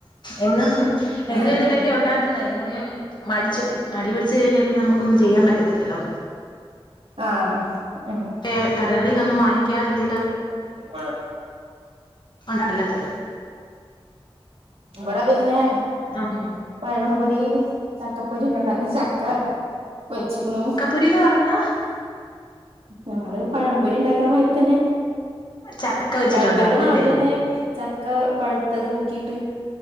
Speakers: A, on the left; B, on the right.
A: എന്നും എന്നും
B: ആഹ്
A: എന്തേലൊക്കെ ഉണ്ടാ ക്ക്ന്നെ ഇന്നൊന്നും മടിച്ചു മടിപിടിച്ചു കഴിഞ്ഞാ പിന്നെ നമുക്കൊന്നും ചെയ്യാൻ പറ്റത്തില്ലല്ലോ
B: ആഹ് ആഹ്
A: കെ കടകളിലോന്നും വാങ്ങിക്കാതെ എന്തെലും
B: വാണം
A: ഉണ്ടാ നല്ലത്
B: ഇവടെ പിന്നെ
A: ആഹ്
B: പഴംപൊരി, ചക്കപ്പൊരി ഒക്കെ ഇണ്ടാ ചക്ക പൊരിച്ചുക്ക്ണു
A: പോരീന്ന് പറഞ്ഞ
B: നമ്മള് പഴംപൊരി ഉണ്ടാക്ണ മാതിരി തന്നെ
A: ചക്ക വെച്ചിട്ടുണ്ടാക്കും
B: പഴമ്പൊരിയുടെ മാവിലെന്നെ
A: അല്ലേ
B: ചക്കപഴുത്തത് മുക്കിയിട്ട്